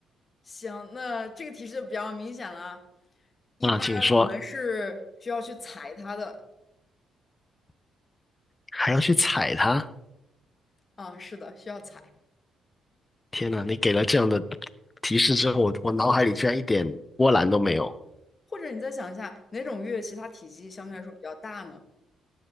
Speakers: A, on the left; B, on the left.
A: 行，那这个提示就比较明显了啊。一般我们是需要去踩它的
B: 啊，请说。还要去踩它？
A: 啊，是的，需要踩。
B: 天哪，你给了这样的提示之后，我我脑海里居然一点波澜都没有。
A: 或者你再想一下，哪种乐器它体积相对来说比较大呢？